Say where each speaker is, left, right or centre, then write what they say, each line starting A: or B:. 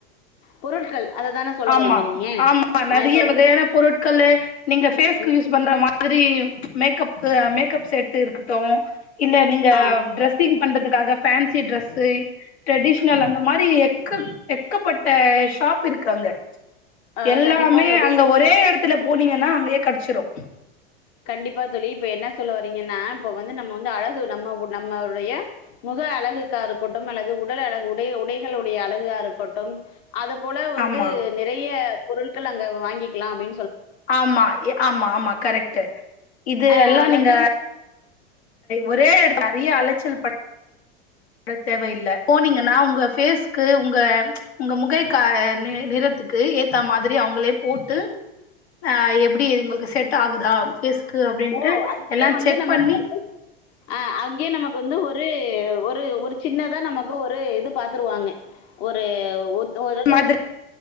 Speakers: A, on the left (about 50°); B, on the left (about 85°).
A: பொருட்கள் அததானே சொல்ல
B: ஆமா
A: வர்றீங்க நீங்க?
B: ஆமா நறய
A: ஆ இப்போ
B: வகையான பொருட்கலளு நீங்க பேஸ்கு
A: ம்.
B: யூஸ் பண்ற மாதிரி மரியும் மேக்கப்பு மேக்கப் செட்டு இருக்கட்டும் இல்ல நீங்க
A: ஆ,
B: டிரெஸ்ஸிங் பண்டதுக்காக ஃபன்சி ட்ரெஸ்சு ட்ரெடிஷனல் அந்த மாரி எக்க எக்கப்பட்ட ஷாப் இருக்கு அங்க
A: அ
B: எல்லாமே
A: கண்டிப்பா தோழி.
B: அங்க ஒரே எடத்துல போனீங்கனா அங்கயே கிடிச்சிரும்
A: கண்டிப்பா தொழி இப்ப என்ன சொல்ல வரீங்கன்னா இப்ப வந்து நம்ம வந்து அழகு நம்மவு நம்மடைய முக அழகுக்காருக்கட்டும் அல்லது உடல் அழகு உடை உடைகளுடைய அழகாரு கொட்டும் அத போல வந்து
B: ஆமா
A: நெறைய பொருட்கள் அங்க வாங்கிகலா அப்டி
B: ஆமா ய ஆமா ஆமா கரெக்ட்டு இது
A: ஆ
B: அல்லா நீங்க
A: ரெண்டா
B: ஒரே எடத் அறிய அலச்சல் ப ட தேவயில்ல போனீங்கன்னா உங்க ஃபேஸ் கு உங்க உங்க முகை க நி நிறத்துக்கு ஏத்தா மாரி அவங்களே போட்டு ஹ எப்டி உங்களுக்கு செட்டா ஆகுதா ஃபேஸ்க்கு அப்டின்ட்டு
A: ஓ அங்கயே
B: எல்லா
A: வந்து
B: செக்
A: நமக்கு
B: பண்ணி
A: வந்து அங்கயே நமக்கு வந்து ஒரு ஒரு ஒரு சின்னதான் நமக்கு ஒரு இது பாத்துருவாங்க ஒரு ஒத்து
B: மாதிரி